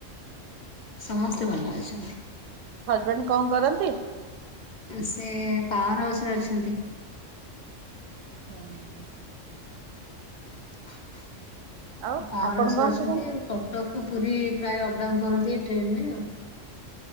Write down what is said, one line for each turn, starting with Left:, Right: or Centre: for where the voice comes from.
Left: ସମସ୍ତେ ଭଲ ଅଛନ୍ତି।
Right: ହଜବେଣ୍ଡ କଣ କରନ୍ତି?
Left: ସେ ପାୱାର ହାଉସରେ ଅଛନ୍ତି।
Right: ହୁ <inaudible>
Left: <unintelligible>
Right: ଆଉ
Left: ପାୱାର
Right: ଆପଣ
Left: ହାଉସରେ
Right: କଣ
Left: ଅଛନ୍ତି
Right: କରନ୍ତି?
Left: କଟକ ପୁରୀ ପ୍ରାୟ ଅପଡାଉନ କରନ୍ତି ଟ୍ରେନରେ ଆଉ।